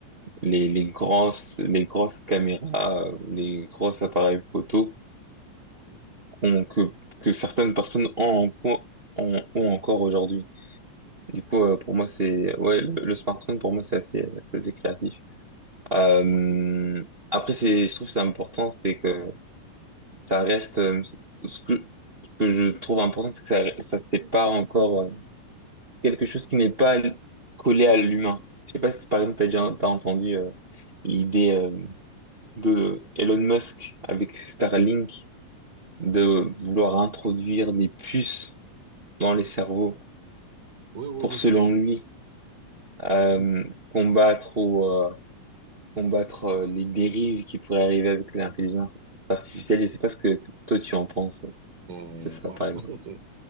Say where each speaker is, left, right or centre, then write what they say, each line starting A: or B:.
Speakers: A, on the right; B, on the right.
A: les, les grosses, les grosses caméras, euh, les gros appareils photo
B: Mhm.
A: qu'on- que, que certaines personnes ont, en- ont, ont encore aujourd'hui. Du coup, euh, pour moi, c'est, ouais, le, le smartphone, pour moi, c'est assez, c'est assez créatif. Euh,
B: Ok.
A: après, c'est, je trouve que c'est important, c'est que ça reste, euh, ce que, ce que je trouve important, c'est que ça, ça, c'est pas encore euh, quelque chose qui n'est pas collé à l'humain. Je sais pas si, par exemple, t'as déjà, t'as entendu, euh, l'idée euh, de Elon Musk avec Starlink de vouloir introduire des puces dans les cerveaux
B: Oui, oui,
A: pour,
B: oui,
A: selon
B: je suis.
A: lui, euh,
B: Oui.
A: combattre ou euh, combattre euh, les dérives qui pourraient arriver avec l'intelligence artificielle. Je sais pas ce que toi tu en penses
B: Euh,
A: de ça,
B: moi,
A: par
B: je
A: exemple.
B: <laughs> pense que c'est